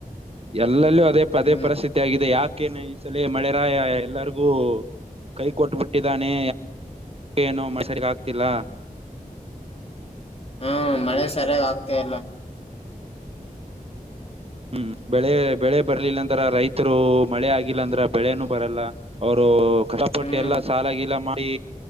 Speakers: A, on the right (about 40°); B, on the left (about 40°).
A: ಎಲ್ಲಲ್ಲೂ ಅದೇ ಪದೇ
B: ಹ್ಮ್
A: ಪರಿಸ್ಥಿ ಇದ ಯಾಕೇನ ಈ ಸಲ ಮಳೆರಾಯ ಎಲ್ಲರಿಗೂ ಕೈ ಕೊಟ್ಟ ಬಿಟ್ಟಿದಾನೆ. ಏನು ಮಸರಿಗೆ ಆಗ್ತಿಲ್ಲಾ.
B: ಹ್ಮ ಮಳೆ ಸರಿಯಾಗ ಆಗ್ತಾ ಇಲ್ಲ.
A: ಹ್ಮ್ ಬೆಳೆ ಬೆಳೆ ಬರ್ಲಿಲ್ಲ ಅಂದ್ರ ರೈತರು ಮಳೆ ಆಗಿಲ್ಲ ಅಂದ್ರ ಬೆಳೆನನು ಬರಲ್ಲ ಅವರು ಕಷ್ಟಪಟ್ಟ
B: ಹ್ಮ್
A: ಎಲ್ಲಾ ಸಾಲಾಗಿಲಾ ಮಾಡಿ